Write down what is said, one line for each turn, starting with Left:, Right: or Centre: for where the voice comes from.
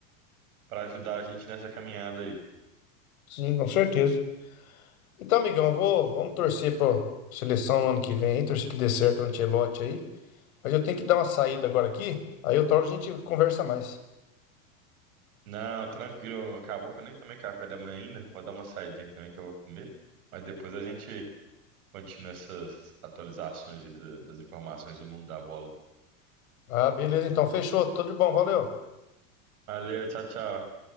Right: para ajudar a gente nessa caminhada aí.
Left: Sim, com certeza. Então, amigão, eu vou, vamos torcer pra seleção no ano que vem aí, torcer que dê certo o Ancelotti aí. Mas eu tenho que dar uma saída agora aqui, aí outra hora a gente conversa mais.
Right: Não, tranquilo, acabou que eu nem tomei café da manhã ainda. Vou dar uma saidinha aqui também que eu vou comer. Mas depois a gente continua essas atualizações aí da- das informações do mundo da bola.
Left: Ah, beleza, então, fechou, tudo de bom, valeu.
Right: Valeu, tchau, tchau.